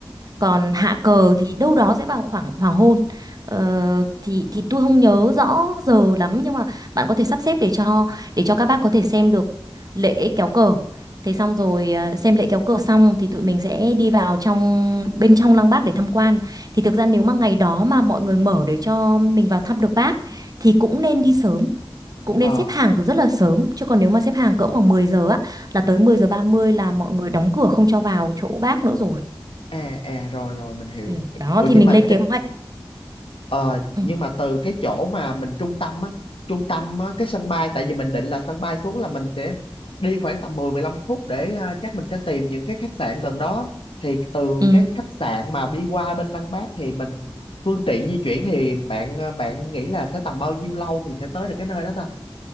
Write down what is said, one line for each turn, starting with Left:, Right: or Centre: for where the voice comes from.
Right: còn hạ cờ thì đâu đó sẽ vào khoảng hoàng hôn ờ, thì thì tôi không nhớ rõ giờ lắm nhưng mà bạn có thể sắp xếp để cho để cho các bác có thể xem được lễ kéo cờ thế xong rồi ờ, xem lễ kéo cờ xong thì tụi mình sẽ đi vào trong bên trong lăng bác để tham quan thì thực ra nếu mà ngày đó mà mọi người mở để cho mình vào thăm được bác thì cũng nên đi sớm cũng nên
Left: Ờ
Right: xếp hàng từ rất là sớm chứ còn nếu mà xếp hàng cỡ khoảng 10 giờ á là tới 10 giờ 30 là mọi người đóng cửa không cho vào chỗ bác nữa rồi
Left: à à rồi rồi mình hiểu
Right: Ừ, đó
Left: Ủa
Right: thì
Left: nhưng
Right: mình
Left: mà
Right: lên kế hoạch.
Left: Ờ,
Right: Ừ.
Left: nhưng mà từ cái chỗ mà mình trung tâm á, trung tâm á, cái sân bay, tại vì mình định là sân bay xuống là mình sẽ đi khoảng tầm 10-15 phút để ờ, chắc mình sẽ tìm những cái khách sạn gần đó. Thì từ
Right: Ừ.
Left: cái khách sạn mà đi qua bên Lăng Bác thì mình phương tiện di chuyển thì bạn ờ, bạn nghĩ là sẽ tầm bao nhiêu lâu thì sẽ tới được cái nơi đó ta?